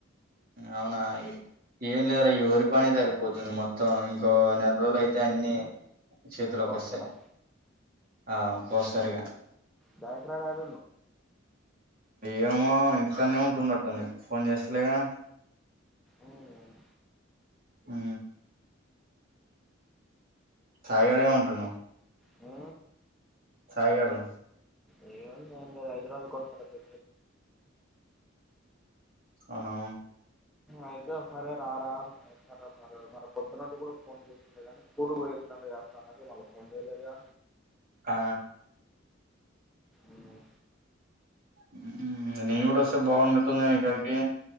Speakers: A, on the right; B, in the centre.
A: అవునా ఏం లేదురా ఈ ఓరి పనే జరిగిపోతుంది మొత్తం ఇంకో నెల రోజులు అయితే అన్నిీ చేతిలోకి
B: వస్తారా
A: వస్తాయి ఆ కోసరిగా
B: బాకరాడ ఆడ
A: ఏమో ఇంటికనే ఉంటుండట్టుంది ఫోన్ చేస్తలేగా
B: ఉమ్,
A: ఆ సాయిడ ఏమంటున్నా
B: ఆ
A: టయగాడు
B: ఏ ఎ హైదరాబాద్ కొస్తార తె
A: అవునా
B: అయితే ఒకసరే రారారే మ మ పొద్దునట్టు కూడా ఫోన్ చేసి కానీ స్కూల్ పోయిస్తున్నాం కద సార్ అ మళ్ళీ ఫోన్ చేయలేదు
A: ఆ
B: ఉమ్,
A: నీ కూడా కూడా వస బాగుంట్ందక్కడికి